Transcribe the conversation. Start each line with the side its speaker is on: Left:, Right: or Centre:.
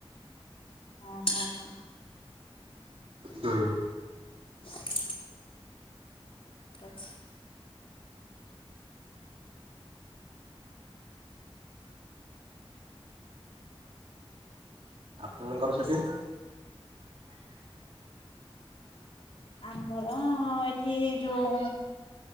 Left: ଅହ ହ।
Right: ହୁଁ।
Left: <inaudible> ଠିକ ଅଛି।
Right: ଆପଣଙ୍କର ସେଠି?
Left: ଆମର ଏଠି ଯୋଉ